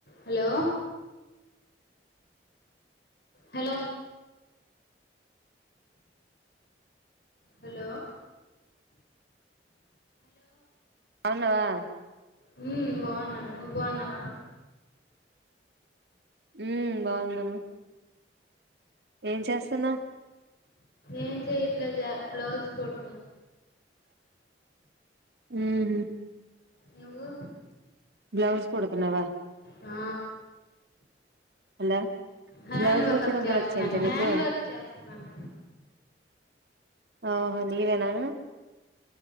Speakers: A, on the left; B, on the right.
A: హలో హలో హలో
B: బాగుండవా
A: హ్మ్ బాగున్నా నువ్వు బాగున్నవా
B: ఉమ్ బాగుండాను ఏం చేస్తున్నా
A: ఏం చేయట్లేద్ జ బ్లౌజ్ కొడ్
B: హు హుమ్
A: నువ్వు
B: బ్లౌస్ కుడుతున్నవా
A: ఆ
B: హలో
A: హ్యాండ్
B: బ్లౌజ్
A: వర్క్
B: కుట్టడం
A: చేస్తున్నాను
B: కూడా వచ్చాయించా నీకు
A: హ్యాండ్ వర్క్ చేస్తున్నాను
B: ఓహో నీవేనా